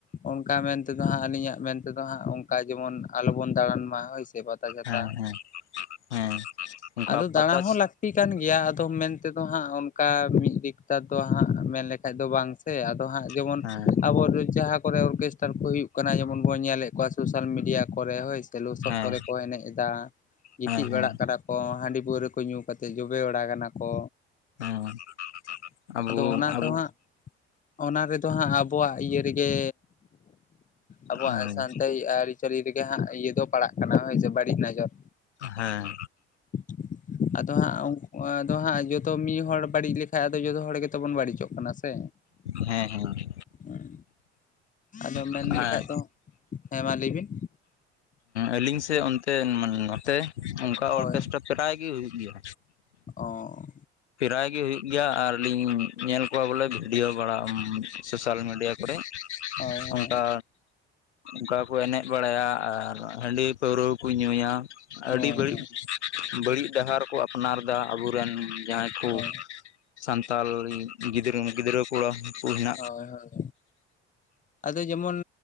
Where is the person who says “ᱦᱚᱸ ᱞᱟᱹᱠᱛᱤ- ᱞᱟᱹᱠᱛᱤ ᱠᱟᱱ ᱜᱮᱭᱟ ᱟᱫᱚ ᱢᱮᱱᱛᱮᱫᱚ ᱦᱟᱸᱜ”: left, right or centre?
Left